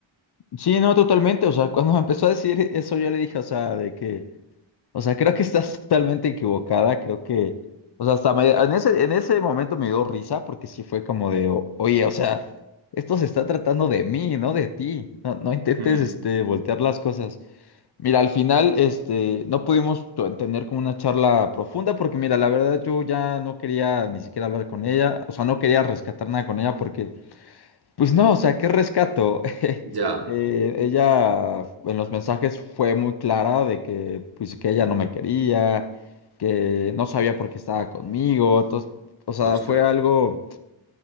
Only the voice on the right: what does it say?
Mm,
ya,
ostras.